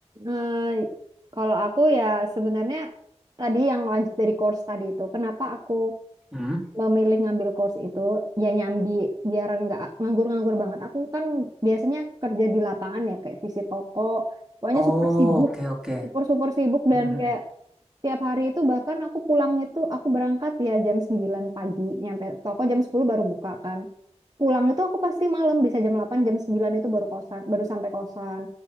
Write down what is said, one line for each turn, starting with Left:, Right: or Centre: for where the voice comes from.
Right: eh, kalau aku ya sebenarnya tadi yang lanjut dari course tadi itu, kenapa aku
Centre: hmm?
Right: memilih ngambil course itu ya nyambi biar nggak nganggur-nganggur banget. Aku kan biasanya kerja di lapangan ya kayak visi toko, pokoknya
Centre: Oh
Right: super sibuk,
Centre: oke oke.
Right: super super sibuk
Centre: Hmm,
Right: dan
Centre: hmm,
Right: kayak Tiap hari itu bahkan aku pulang itu aku berangkat ya jam 9 pagi nyampe toko jam 10 baru buka kan. Pulang itu aku pasti malam bisa jam 8 jam 9 itu baru kosan baru sampai kosan.